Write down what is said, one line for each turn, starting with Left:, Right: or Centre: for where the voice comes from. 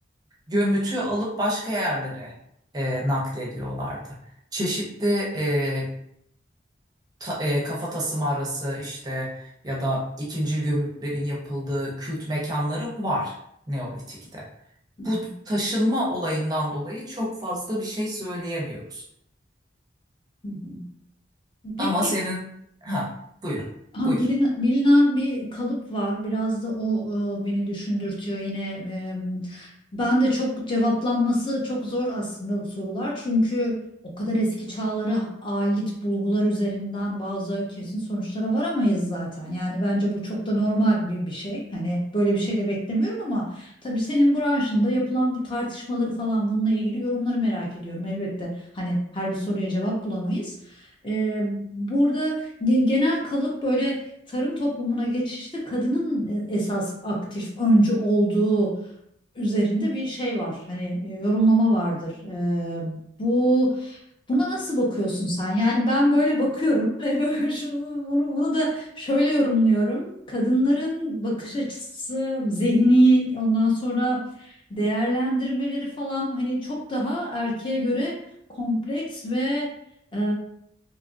Right: gömütü alıp başka yerlere e, naklediyorlardı. Çeşitli e, ta- e, kafa tasımı arası işte ya da ikincil gömütlerin yapıldığı kült mekanları var Neolitik'te.
Left: Hı hı
Right: Bu taşınma olayından dolayı çok fazla bir şey söyleyemiyoruz.
Left: hı hı. Peki
Right: Ama senin... Ha, buyurun,
Left: Ha,
Right: buyur.
Left: bilinen, bilinen bir kalıp var. Biraz da o e, beni düşündürtüyor yine. e, ben de çok cevaplanması çok zor aslında sorular. Çünkü o kadar eski çağlara ait bulgular üzerinden bazı kesin sonuçlara varamayız zaten. Yani bence bu çok da normal bir, bir şey. Hani böyle bir şey de beklemiyorum ama tabii senin branşında yapılan bu tartışmaları falan bununla ilgili yorumları merak ediyorum. Elbette hani her bir soruya cevap bulamayız. E, burada Ge- Genel kalıp böyle tarım toplumuna geçişte kadının e, esas aktif öncü olduğu üzerinde bir şey var. Hani e, yorumlama vardır. Ee, bu Buna nasıl bakıyorsun sen? Yani ben böyle bakıyorum <laughs> ve böyle şu- bunu, bunu da şöyle yorumluyorum. Kadınların bakış açısı, zihni, ondan sonra değerlendirmeleri falan hani çok daha erkeğe göre kompleks ve e,